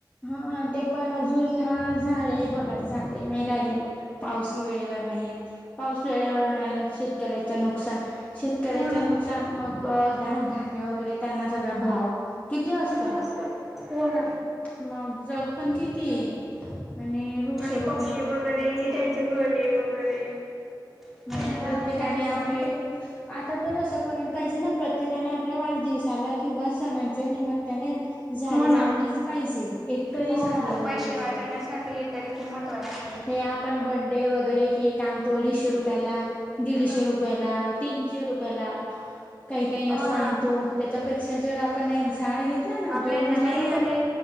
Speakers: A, on the left; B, in the centre.
A: हा, ते पण अजून झाडे बघा झाडे नाही राहिले पाऊस वेळेवर- नाही येत. पाऊस वेळेवर नाही आला शेतकऱ्याचे नुक- शेतकऱ्याच
B: हो ना
A: नुकसान. मग धान्य वगैरे त्यांना सगळा भाव किती असत.
B: असतात कोण?
A: मग. जग पण कितीयं आणि- वृक्षारोपण
B: आणि पक्षी वगैरे त्यांचे घरटे वगैरे-
A: म
B: त्यांना
A: प्रत्येकाने
B: राहण्यासाठी
A: आपले
B: पण खूप
A: आता तर अस- करायला पाहिजे ना. प्रत्येकाने आपल्या वाढदिवसाला किंवा सणांच्या निमित्ताने- झाडे
B: हो
A: लावलीच
B: ना
A: पाहिजे. एक तरी
B: हो
A: झाड
B: हो
A: लावले
B: पैसे
A: पाहिजे.
B: वाचवण्यासाठी हे तरी खूप महत्वाचं आहे.
A: हे, आपण बड्डे वगैरे केक- आनतो अडीचशे रुपयाला, दीडशे
B: हो
A: रुपयाला, तीनशे रुपयाला काही काही असं
B: ना
A: आणतो. त्याच्यापेक्षा जर आपण एक झाड घेतलं ना
B: आपल्याना
A: दोन झाड
B: नाही
A: पण
B: आणि